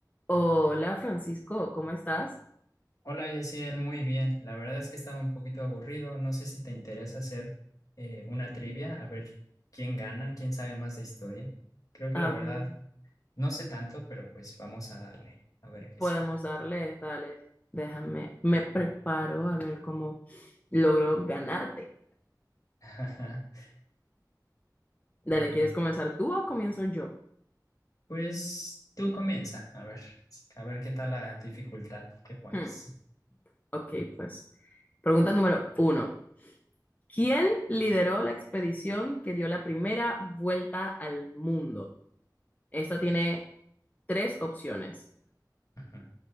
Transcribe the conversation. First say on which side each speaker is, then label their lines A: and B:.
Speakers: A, on the left; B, on the left.
A: Hola Francisco, ¿cómo estás?
B: Hola, Yaciel, muy bien. La verdad es que estaba un poquito aburrido. No sé si te interesa hacer eh, una trivia, a ver quién gana, quién sabe más de historia. Creo que
A: A
B: la verdad
A: ver,
B: no sé tanto, pero pues vamos a darle, a ver qué
A: podemos
B: sale.
A: darle, dale, déjame, me preparo a ver cómo logro ganarte.
B: <laughs>
A: Dale,
B: Ah,
A: ¿quieres comenzar tú o comienzo yo?
B: pues tú comienza, a ver, a ver qué tal la dificultad que pones.
A: Hmm, ok, pues. Pregunta número uno. ¿Quién lideró la expedición que dio la primera vuelta al mundo? Esta tiene tres opciones.
B: Ajá.